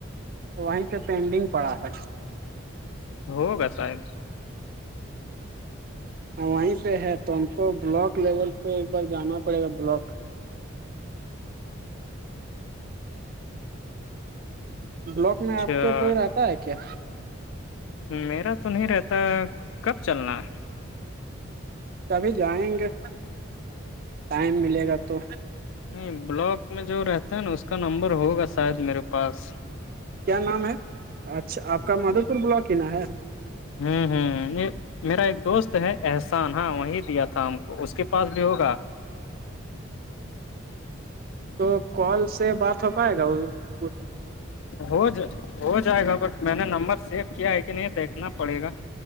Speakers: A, on the right; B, on the left.
A: وہیں پہ پینڈنگ پڑا ہے
B: ہوگا صاحب
A: ہاں وہیں پہ ہے تو ہم کو بلاک لیول پہ ایک بار جانا پڑے گا بلاک بلاک میں
B: اچھا
A: آپ کے کوئی رہتا ہے کیا
B: میرا تو نہیں رہتا کب چلنا ہے
A: کبھی جائیں گے ٹائم ملے گا تو
B: نہیں بلاک میں جو رہتا ہے نا اس کا نمبر ہوگا شاید میرے پاس
A: کیا نام ہے اچھا آپ کا مادھو پور بلاک ہی نا ہے
B: ہوں ہوں یہ میرا ایک دوست ہے احسان ہاں وہیں دیا تھا ہم کو اس کے پاس بھی ہوگا
A: تو کال سے بات ہو پائے گا وہ
B: ہو جائے گا بٹ میں نے نمبر سیو کیا ہے کہ نہیں دیکھنا پڑے گا